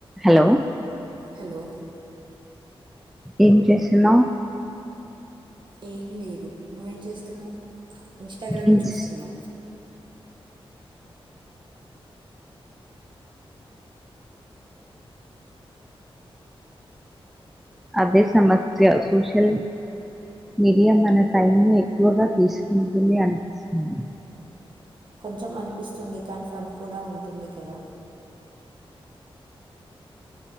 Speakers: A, in the centre; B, on the right.
A: హలో
B: హలో
A: ఏం చేస్తున్నావ్
B: ఏం లేదు నువ్వేం చేస్తున్నావ్ ఇన్స్టాగ్రామ్
A: ఇన్స్
B: చూస్తున్నా
A: అదే సమస్య సోషల్ మీడియా మన టైం ని ఎక్కువగా తీసుకుంటుంది అనిపిస్తుంది
B: కొంచెం అనిపిస్తుంది కానీ ఫన్ కూడా ఉంటుంది కదా